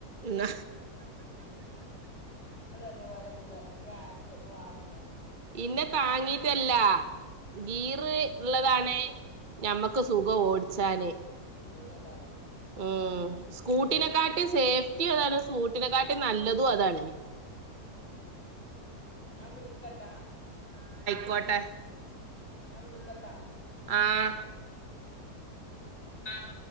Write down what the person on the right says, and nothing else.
എന്ന
പിന്നെ താങ്ങീട്ടല്ല
ഗീറ് ഉള്ളതാണ് ഞമ്മക്ക്
സുഖ ഓടിച്ചാന്
ആഹ സ്കൂട്ടിനെക്കാട്ടി സേഫ്റ്റി അതാണ് സ്കൂ കുട്ടിലെക്കാട്ടെ നല്ലതും അതാണ്
കോട്ട
ആഹ